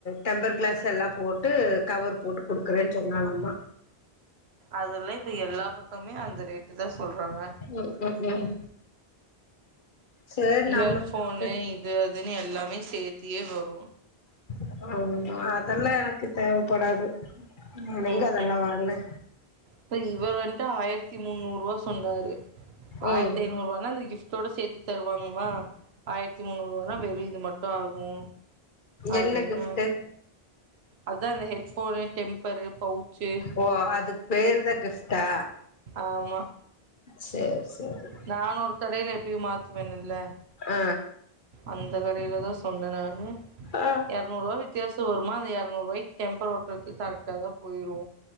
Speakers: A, on the left; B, on the right.
A: டெம்பர் க்ளாஸ் எல்லா போ ட்டு கவர் போட்டு குடுக்குறேன் சொன்னானாமா
B: அதெல்லா இப்ப எல்லா பக்கமே அந்த ரேட்டு தா சொல்றாங்க
A: ம் ம் ம் சேரி
B: ஹீயர்
A: நம்ம
B: ஃபோனு இது அதுன்னு எல்லாமே சேத்தியே வரு
A: <unintelligible> அதெல்லா எனக்கு தேவப்படாது லெங்க
B: ம்
A: அதெல்லா
B: ம்
A: வாங்னே
B: இப்ப இவுர் வந்ட்டு ஆயிரத்தி முன்னூருவா சொன்னாரு
A: ம்
B: ஆயிரத்தை நூருவானா அந்த கிப்டோட சேத்தி தருவாங்கமா ஆயிரத்தி முன்னூறு ரூவனா வெறு இது மட்டு ஆகு அப்டின்னாரு
A: என்ன கிஃப்ட்டு
B: அதா இந்த ஹெட்போனு டெம்பரு பௌச்சு
A: ஓ அதுக் பேருதா கிஃப்டா
B: ஆமா
A: சேரி சேரி
B: நா ஒரு கடைய்ல எப்பயு மாத்துவேனுல்ல
A: ஆ
B: அந்த கடைல தா சொன்ன நானு
A: ஆ
B: எர்நூருவா வித்தியாசோ வருமா அந்த எர்நூ ருவாய்க்கு டெம்பர் ஒட்றதுக்கு கரெட்டா தா போயிரு